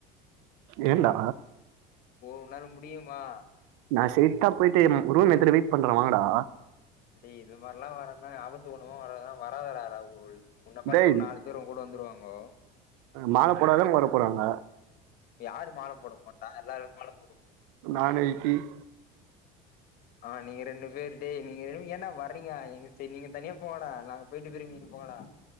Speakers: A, on the right (about 80°); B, on the left (about 55°).
A: ஏன்டா
B: உன்னால முடியுமா
A: நான் செத்தா போயிட்டு ரூம் எத்து வீ பண்ற வாங்கடா
B: டேய் இது மாதிரிலாம் வர்ணா அவசகுணமா வராதரா ராகுல் உன்ன பாத்து
A: டேய்
B: ஒரு நாலு பேரு உங்கூட வந்துருவாங்க ஹ
A: மால போடாத அங்க வர போறாங்க
B: யாரு மால போட மாட்டா எல்லாருமே மால போடுவோம்
A: நாணயத்தில்
B: ஆஹ் நீங்க ரெண்டு பேர் டே நீங்க ஏன்டா வரீங்க நீங்க சரி நீங்க தனியா போங்கடா நாங்க போயிட்டு பிறகு நீங்க போங்கடா